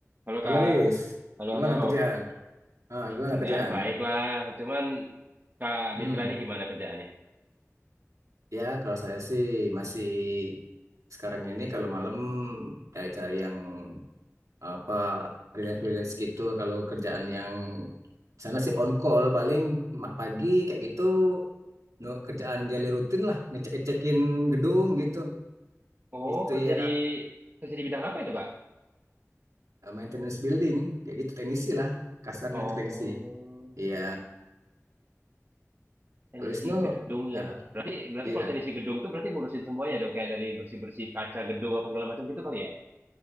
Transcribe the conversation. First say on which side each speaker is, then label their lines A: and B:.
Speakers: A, on the right; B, on the right.
A: Halo
B: Halo
A: Kak,
B: Wis,
A: halo
B: gimana
A: halo.
B: kerjaan? Ah, gimana
A: Kerjaan
B: kerjaan?
A: baik lah, cuman Kak
B: Hmm,
A: Bitra ini gimana kerjaannya?
B: ya kalau saya sih masih sekarang ini kalau malam cari-cari yang apa freelance-freelance gitu. Kalau kerjaan yang di sana sih on call paling ma- pagi kayak gitu no, kerjaan daily rutin lah ngecek-ngecekin gedung gitu.
A: Oh
B: Itu
A: kerja
B: ya
A: di kerja di bidang apa itu Kak?
B: eh, maintenance building kayak gitu teknisi lah kasarnya
A: Oh
B: itu teknisi. Iya,
A: teknisi
B: kalau Wisnu,
A: gedung
B: ah,
A: ya.
B: ah,
A: Berarti berarti
B: iya.
A: kalau teknisi gedung tuh berarti ngurusin semuanya dong kayak dari bersih bersih kaca gedung apa segala macam gitu kali ya?